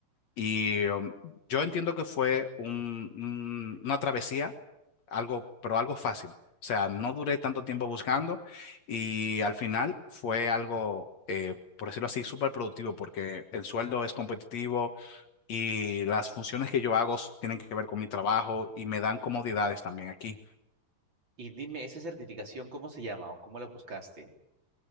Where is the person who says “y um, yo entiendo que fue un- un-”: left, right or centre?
Left